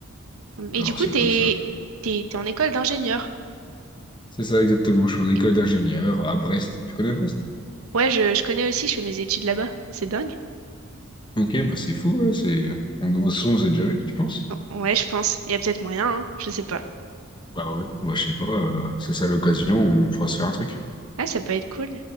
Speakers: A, on the left; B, on the right.
A: On
B: Et
A: peut
B: du
A: voir
B: coup,
A: ça
B: t'es,
A: comme ça.
B: t'es, t'es en école d'ingénieur.
A: C'est ça, exactement. Je suis en école
B: Et-
A: d'ingénieur à Brest. Tu connais Brest?
B: Ouais, je, je connais aussi, je fais mes études là-bas. C'est dingue.
A: Ok, bah c'est fou, ouais, c'est... On, on, on s'est déjà vu, tu penses?
B: Ouais, je pense. Il y a peut-être moyen, hein, je sais pas.
A: Bah ouais, bah je sais pas, euh, ça c'est à l'occasion, on pourra se faire un truc.
B: Ah, ça peut être cool.